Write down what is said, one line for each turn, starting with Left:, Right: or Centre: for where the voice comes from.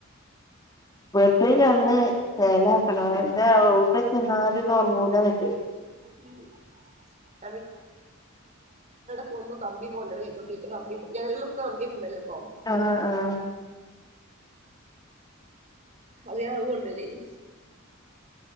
Left: ബെഡ് കെട്ന്ന് ചേലാക്കണം എല്ലെ യൗടെ ചെന്നാലും ഒർങ്ങൂലന്ന്ട്ട്.
Right: ഉം <unintelligible> പോകുമ്പോ കമ്പി കൊണ്ടോവേനി തൊട്ടിന്റെ കമ്പി ഒക്കെ. ജനൽമ വെക്ക്ണ കമ്പിയൊക്ക ഉണ്ടല്ലോ പ്പോ.
Left: ആഹ് ആഹ്.
Right: ആദ്യം അത് കൊണ്ടേയീല്ലേനി.